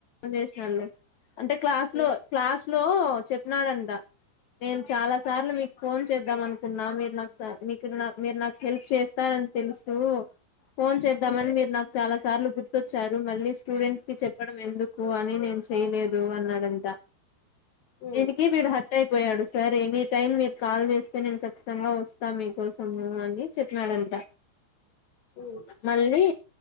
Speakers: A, on the left; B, on the left.
A: చేసళ్ళ అంటే క్లాస్
B: ఉమ్,
A: లో క్లాస్ లో చెప్పినారంట నేను చాలా సార్లు మీకు ఫోన్ చేద్దాం అనుకున్నా మీ అచ్చ మీకు నా మీరు నాకు హెల్ప్ చేస్తార అని తెలుసు ఊ ఫోన్ చే ద్దామని
B: ఉమ్, ఉమ్,
A: మీరు నాకు చాలా సార్లు గుర్తొచ్చారు. మళ్ళీ స్టూడెంట్స్ కి చెప్పడం ఎందుకు అని నేను చెయలేదు అన్నాడంటా.
B: ఉమ్,
A: దీనికి వీడు హట్ అయిపోయాడు సార్ ఎనీ టైమ్ మీరు కాల్ చేస్తే నేను ఖచ్చితంగా వస్తా మీకోసము అని చెప్పినాడంట.
B: ఉమ్, ఉమ్,
A: మళ్ళీ